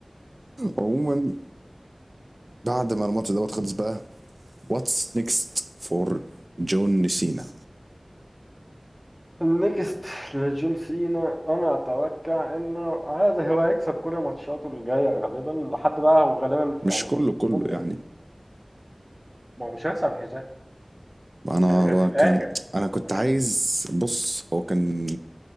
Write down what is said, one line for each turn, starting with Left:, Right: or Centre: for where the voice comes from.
Right: عموما بعد ما الماتش دوت خلص بقى واتس نيكست فور جون سينا
Centre: النكست لجون سينا انا اتوقع انه هذا هو هيكسب كل ماتشاته الجاية غالبا لحد بقى هو غالبا
Right: مش
Centre: في يعني
Right: كله كله
Centre: ممكن
Right: يعني
Centre: ما هو مش هيخسر الحزام
Right: انا
Centre: يعني غير في الاخر
Right: كان انا كنت
Centre: يعني
Right: عايز بص هو كان